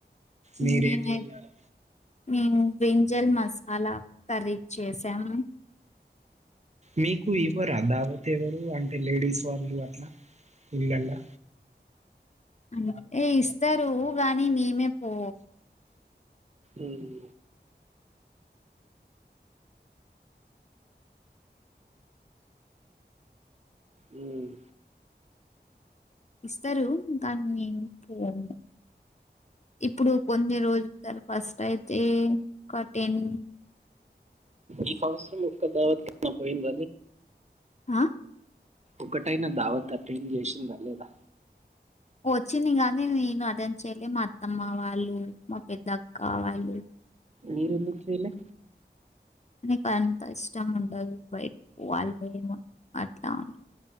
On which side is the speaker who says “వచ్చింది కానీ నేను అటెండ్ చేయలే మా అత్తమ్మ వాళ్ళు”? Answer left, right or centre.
Left